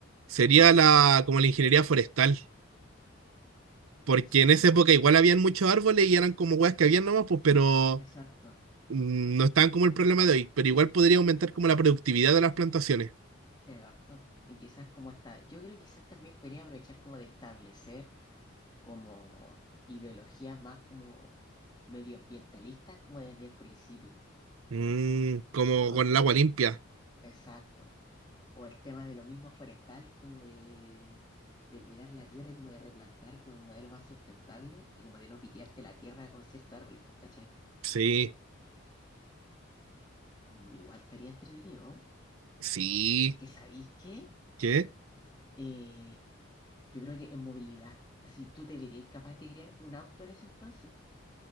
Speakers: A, on the right; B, on the left.
A: sería la, como la ingeniería forestal. Porque
B: Sí,
A: en esa época igual habían muchos árboles y eran como weas que habían nomás, pues, pero
B: exacto.
A: mm, no estaban como el problema de hoy. Pero igual podría aumentar como la productividad de las plantaciones.
B: Te capto. Y quizás como está, yo creo que quizás también podría aprovechar como de establecer como ideologías más como medioambientalistas como desde el principio.
A: Mm, como
B: Cosa,
A: con el agua limpia.
B: exacto. O el tema de lo mismo forestal como de, de cuidar la tierra y como de replantar como un modelo más sustentable y como de no pitearte la tierra con ciertos árboles, pues, ¿cachai?
A: Sí,
B: Mm, Igual estaría entretenido. ¿no?
A: sí.
B: Aunque sabéis que
A: ¿Qué?
B: eh, yo creo que en movilidad. Así, ¿tú te verías capaz de crear un auto en ese entonces?